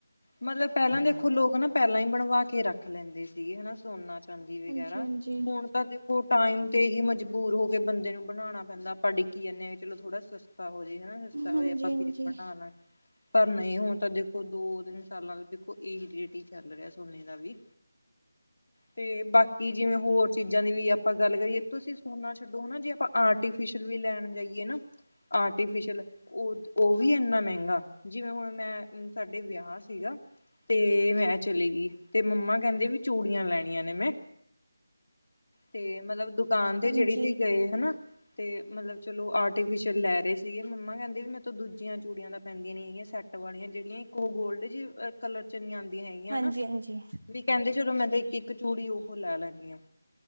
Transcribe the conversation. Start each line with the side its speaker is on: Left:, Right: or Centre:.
Left: ਮਤਲਬ ਪਹਿਲਾਂ ਦੇਖੋ ਲੋਕ ਨਾ ਪਹਿਲਾਂ ਹੀ ਬਣਵਾ ਕੇ ਰੱਖ ਲੈਂਦੇ ਸੀਗੇ। ਸੋਨਾ ਹਾਜੀ।
Right: ਹਾਂਜੀ-ਹਾਂਜੀ,
Left: ਵਗੈਰਾ ਹੁਣ ਤਾਂ ਦੇਖੋ ਟਾਈਮ ਤੇ ਹੀ ਮਜਬੂਰ ਹੋ ਕੇ ਬੰਦੇ ਨੂੰ ਬਣਾਉਣਾ ਪੈਂਦਾ ਆਪਾਂ ਡਿੱਕੀ ਜਾਂਦੇ ਹਾਂ। ਚੋ ਥੋੜਾ ਸਸਤਾ ਹੋ ਮਜਬੂਰ ਹੋ ਜੇ ਸਸਤਾ
Right: ਹਾਂਜੀ-ਹਾਂਜੀ।
Left: ਹੋ ਜੇ ਫਿਰ ਬਣਾ ਲਾਂਗੀ। ਪਰ ਨਹੀਂ ਹੋਣ ਤਾਂ ਦੇਖੋ ਦੋ ਦਿਨ ਨਾਲੇ਼ ਦੇਖੋ ਏਹੀ ਰੇਟ ਈ ਚੱਲ ਰੇਆ ਸੋਨੇ ਦਾ ਵੀ। ਤੇ ਬਾਕੀ ਜਿਵੇਂ ਹੋਰ ਚੀਜਾਂ ਦੀ ਵੀ ਆਪਾਂ ਗੱਲ ਕਰੀਏ, ਤੁਸੀਂ ਸੋਨਾ ਛੱਡੋ ਹਨਾ ਜੀ ਆਪਾ ਆਰਟੀਫਿਸ਼ਲ ਵੀ ਲੈਣ ਜਾਈਏ ਨਾ ਆਰਟੀਫਿਸ਼ਲ ਓ ਓਵੀ ਐਂਨਾ ਮੈਂਗਾ, ਜਿਵੇਂ ਹੁਣ ਮੈਂ ਸਾਡੇ ਵੇਆ ਸੀ ਗਾ ਤੇ, ਮੈਂ ਚਲੇ ਗੀ ਤੇ ਮੰਮਾ ਕੈਂਦੇ ਵੀ ਚੂੜੀਆਂ ਲੈਣੀਆਂ ਨੇ ਮੈਂ ਤੇ ਮਤਲਬ ਦੁਕਾਨ ਦੇ
Right: ਹਾਂਜੀ,
Left: ਜੇੜੀ ਤੇ ਗਏ ਹਨਾ ਤੇ ਮਤਲਬ ਚਲੋ ਆਰਟੀਫਿਸ਼ਲ ਲੈ ਰੇ ਸੀਗੇ, ਮੰਮਾ ਕੈਂਦੇ ਵੀ ਮੈਤੋਂ ਦੂਜੀਆਂ ਚੂੜੀਆਂ ਤਾਂ ਪੈਂਦੀਆਂ ਨੀ ਗੀਆਂ ਕੱਟ ‌ ਵਾਲੀ਼ਆਂ ਜੇੜੀਆਂ ਇੱਕ ਓ ਗੋਲਡ ਜੇ ਅ ਕਲਰ ਚ ਨੀ ਆਂਦੀਆਂ ਹੈਗੀਆਂ
Right: ਹਾਂਜੀ-ਹਾਂਜੀ,
Left: ਨਾ, ਵੀ ਕੈਂਦੇ ਜਦੋ ਇੱਕ, ਇੱਕ ਚੂੜੀ ਓ ਲੈ ਲੈਂਦੀ ਆ,